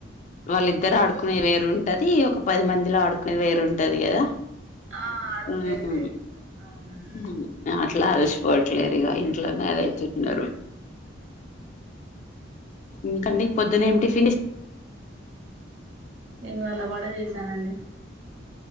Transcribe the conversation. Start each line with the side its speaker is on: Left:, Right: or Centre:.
Left: వాళ్ ద్దరు ఆడుకునే వేరు ఉంటది ఒక పది మందిలో ఆడుకుని వేరుంటది కదా.
Right: ఆ ఆడుకునేది
Left: మ్మ్‌
Right: వేరు అవునండి
Left: మ్మ్ అట్లా అలిసిపోవట్లేరు ఇగ ఇం ట్లనే అదే చెప్పినరు ఇంక అండి పొద్దున్న ఏం టిఫ్
Right: ఇవాళ వడ చేస్ తానండి